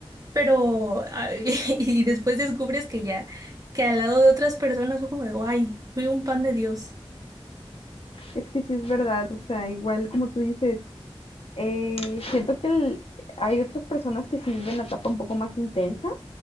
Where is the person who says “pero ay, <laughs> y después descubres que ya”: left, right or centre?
Right